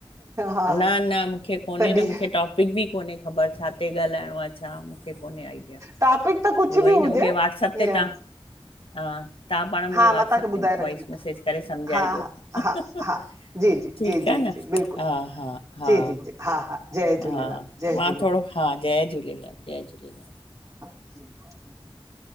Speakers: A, on the right (about 35°); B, on the left (about 70°).
A: हा
B: न न मूंखे कोन्हे
A: तॾहिं
B: न मूंखे टॉपिक बि कोन्हे ख़बर छा ते ॻाल्हाइणो आहे अच्छा मूंखे कोन्हे आइडिया
A: टॉपिक त कुझु
B: उह
A: बि
B: ई न
A: हुजे
B: मूंखे वाट्सप ते
A: ईअं
B: तव्हां हा तव्हां पाण मूंखे
A: हा
B: वॉट्सप
A: मां तव्हांखे ॿुधाए
B: ते वॉइस
A: रखंदी
B: मैसेज करे सम्झाइजो
A: हा हा
B: ठीकु
A: हा हा जी जी जी जी
B: आहे न।
A: जी बिल्कुलु
B: हा हा हा
A: जी जी जी हा हा जय झूलेलाल
B: हा
A: जय झूलेलाल
B: मां थोड़ो हा जय झूलेलाल जय झूलेलाल।
A: <inaudible>